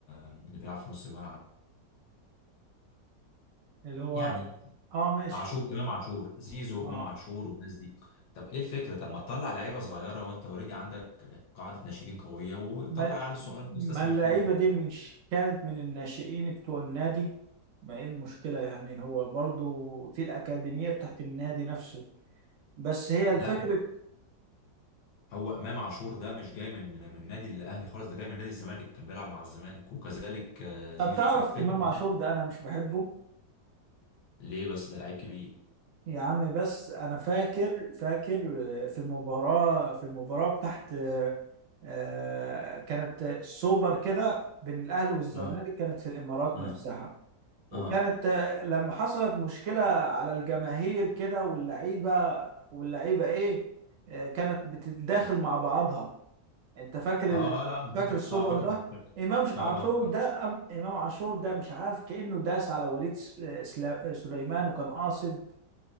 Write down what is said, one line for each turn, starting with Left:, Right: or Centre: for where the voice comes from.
Left: اللي بيلعب في نص الملعب
Right: اللي هو
Left: يعني
Right: اه ماشي
Left: عاشور امام عاشور زيزو
Right: اه
Left: امام عاشور والناس دي طب ايه الفكره طب ما تطلع لعيبه صغيره وانت اوريدي عندك قاعده ناشئين قويه وطلع
Right: ما,
Left: العيال الصغيره دي
Right: ما
Left: واستثمر
Right: اللعيبه
Left: فيها
Right: دي مش كانت من الناشئين بتوع النادي ما ايه المشكله يعني هو برضو في الاكاديميه بتاعت النادي نفسه بس هي الفكره
Left: لا هو امام عاشور ده مش جاي من من نادي الاهلي خالص ده جاي من نادي الزمالك كان بيلعب مع الزمالك وكذلك آه،
Right: طب
Left: زيزو
Right: تعرف
Left: فالفكره
Right: امام عاشور ده انا مش بحبه
Left: ليه بس ده لعيب كبير
Right: يا عم بس انا فاكر فاكر آه، في المباراه في المباراه بتاعت آه، آه، كانت السوبر كده بين الاهلي والزمالك
Left: اه
Right: كانت في الامارات
Left: اه
Right: نفسها وكانت
Left: اه
Right: آه، لما حصلت مشكله على الجماهير كده واللعيبه واللعيبه ايه آه، كانت بتتداخل مع بعضها انت فاكر
Left: اه
Right: ال...
Left: آه، لا انا
Right: فاكر
Left: فاكر
Right: السوبر
Left: اه فاكر
Right: ده
Left: الفرقة.
Right: امام ش-
Left: اه
Right: عاشور
Left: اه
Right: ده
Left: اه
Right: أم... امام عاشور ده مش عارف كانه داس على وليد س- آه، سلا- آه، سليمان وكان قاصد